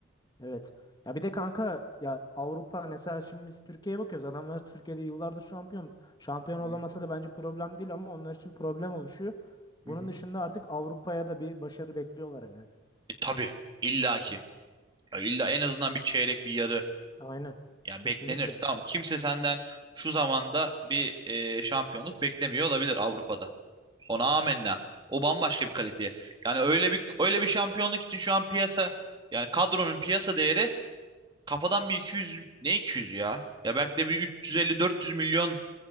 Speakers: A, on the left (about 20°); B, on the right (about 20°).
A: Evet. Ya bir de kanka ya Avrupa mesela şimdi biz Türkiye'ye bakıyoruz. Adamlar Türkiye'de yıllardır şampiyon. Şampiyon
B: Hı
A: olamasa da bence problem değil ama onlar için problem oluşuyor.
B: hı.
A: Bunun dışında artık Avrupa'ya da bir başarı bekliyorlar yani.
B: E, tabii illaki. Ya illa en azından bir çeyrek bir yarı
A: Aynen.
B: Ya
A: Kesinlikle.
B: beklenir. Tamam kimse senden şu zamanda bir e, şampiyonluk beklemiyor olabilir Avrupa'da. Ona amenna. O bambaşka bir kaliteye. Yani öyle bir öyle bir şampiyonluk için şu an piyasa yani kadronun piyasa değeri kafadan bir iki yüz ne 200 ya? Ya belki de bir üç yüz elli dört yüz milyon